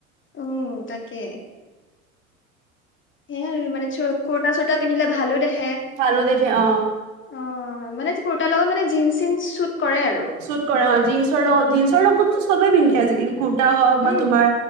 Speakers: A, on the left (about 25°); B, on the right (about 60°).
A: উম তাক কে সে মানে কুৰ্তা চুৰ্তা পিন্ধিলে ভালো দেখে
B: ভালু দেখে অ
A: অ মানে কোৰতাৰ লগত মানে জিন চুট কৰে আৰু
B: চুট কৰা জীন্চৰ লগত জীন্ছৰ লগত ত চবেই পন্ধ আজিকালি কুুৰ্তা হওক
A: উম
B: বা তোমাৰ